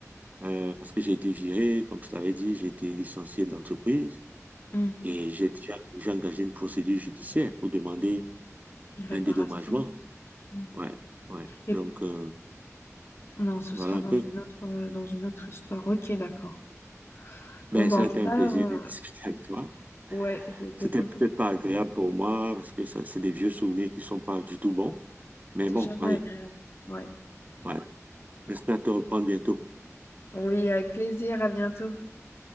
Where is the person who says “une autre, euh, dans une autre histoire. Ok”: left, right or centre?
Left